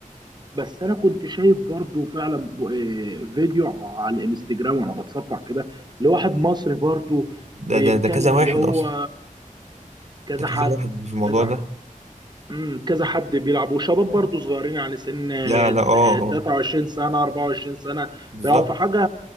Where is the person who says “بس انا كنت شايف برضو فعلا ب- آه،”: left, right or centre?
Right